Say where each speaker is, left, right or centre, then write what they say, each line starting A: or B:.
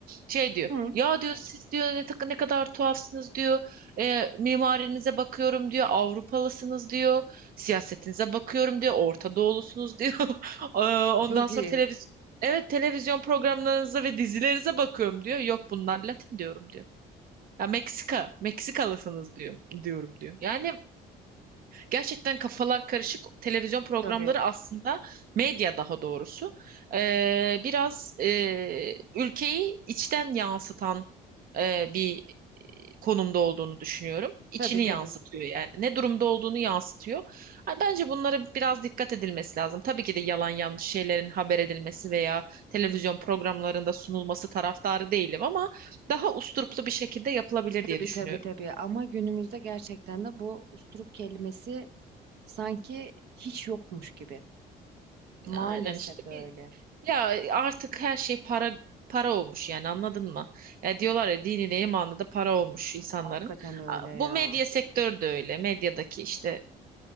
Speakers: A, on the right (about 60°); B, on the right (about 75°).
A: Şey diyor
B: Hı.
A: ya diyor siz diyor ne, tak- ne kadar tuhafsınız diyor "E, mimarinize bakıyorum diyor Avrupalısınız diyor siyasetinize bakıyorum diyor Orta Doğulusunuz diyor <laughs> Ee, ondan
B: Çok
A: sonra
B: iyi.
A: televiz. evet televizyon programlarınıza ve dizilerinize bakıyorum diyor yok bunlar Latin diyorum diyor ya Meksika Meksikalısınız diyor diyorum diyor yani Gerçekten kafalar karışık televizyon programları
B: Tabii.
A: aslında medya daha doğrusu eee, biraz eee, ülkeyi içten yansıtan eee, bir konumda olduğunu düşünüyorum. İçini
B: Tabii tabii.
A: yansıtıyor yani ne durumda olduğunu yansıtıyor. Ha, bence bunlara biraz dikkat edilmesi lazım. Tabii ki de yalan yanlış şeylerin haber edilmesi veya televizyon programlarında sunulması taraftarı değilim ama daha usturuplu bir şekilde yapılabilir diye
B: Tabii
A: düşünüyorum.
B: tabii tabii. Ama günümüzde gerçekten de bu usturuk kelimesi sanki hiç yokmuş gibi. Maalesef
A: Aynen işte
B: öyle.
A: bir Ya artık her şey para para olmuş yani anladın mı? Ya diyorlar ya dini de imanı da para olmuş insanların.
B: Hakikaten öyle
A: A-
B: ya.
A: Bu medya sektörü de öyle. Medyadaki işte